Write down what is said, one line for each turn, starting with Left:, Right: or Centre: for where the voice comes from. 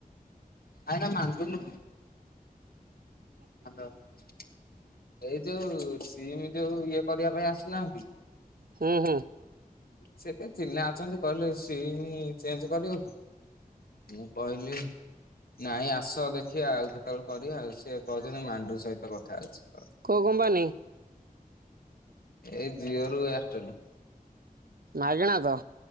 Left: ଆଇନା <inaudible> ହାଲୋ <inaudible> ଏଇ ଯୋଉଁ ସିମ ଯୋଉଁ ଇଏ କରିବା ପାଇଁ ଆସୁନାହାନ୍ତି
Right: ହୁଁ ହୁଁ।
Left: ସେତ ଚିହ୍ନା ଅଛନ୍ତି କହିଲେ ସିମ ଚେଞ୍ଜ କରିବେ କି ମୁଁ କହିଲି ନାଇଁ ଆସ ଦେଖିବା ଆଉ କେତେବେଳେ କରିବା ଆଉ ସିଏ କହୁଛନ୍ତି ମାଣ୍ଡୁ ସହିତ କଥା ହଉଚି <inaudible>
Right: କୋଉ କମ୍ପାନୀ?
Left: ଏଇ ଜିଓ ରୁ ଐରଟେଲ।
Right: ମାଗେଣା ତ?